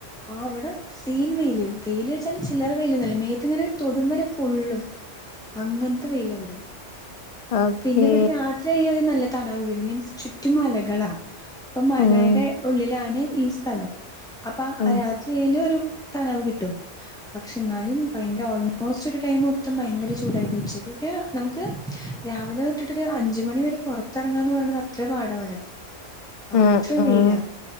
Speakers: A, in the centre; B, on the left.
A: ആ അവിടെ സീൻ വെയില് വെയില് വെച്ചാല് ചില്ലറ വെയിലൽ ഒന്നല്ലേ മേത്ത്ങ്ങനെ തൊടുുംമ്പരെ പൊുള്ളും
B: ഉ
A: അങ്ങനത്തെ വെയിലൽവിടെ
B: ഓക്കേ
A: പിന്നെ ഇവിടെ രാത്രിയ്യാൽ നല്ല തണവ് വരും മീൻസ് ചുറ്റുമലകളാ അപ്പൊ മലയുടെ
B: ഉം
A: ഉള്ളിലാണ് ഈ സ്ഥലം അപ്പൊ
B: ഉം
A: രാത്രിയില് ഒരു തളവ് കിട്ടും പക്ഷെ എന്നാലും ഭയങ്കര ഓൾമോസ്റ്റ് ഒരു ടൈം മൊത്തം ഭയങ്കര ചൂടായിരിക്കും ഉച്ചക്ക് ൊക്കെ നമുക്ക് രാവിലെ തട്ടിട്ടൊരു അഞ്ച മണി വരെ പുറത്തിറങ്ങാന്ന് പറയണത് അത്ര പാടവിടെ അത്ര
B: ഉം ഉം
A: വേയില